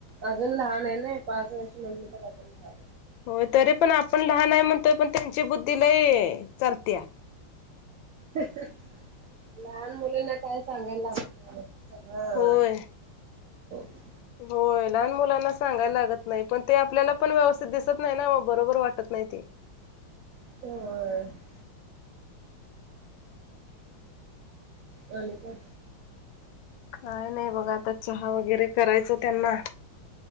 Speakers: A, on the right (about 75°); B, on the left (about 75°).
A: अजून लहान आहे ना. पाच वर्ष म्हणलं बराबर झाल.
B: होय तरी पण आपण लहान आहे म्हणतोय, पण त्यांची बुद्धी लयी चालतिया.
A: लहान मुलींना काय सांगायला लागत नाही.
B: होय
A: <unintelligible>
B: होय लहान मुलांना सांगायला लागत नाही, पण ते आपल्याला पण व्यवस्थित दिसत नाही ना, बरोबर वाटत नाही ते.
A: <unintelligible> आणी काय?
B: काय नाही बघा, आता चहा वगैरे करायचा त्यांना.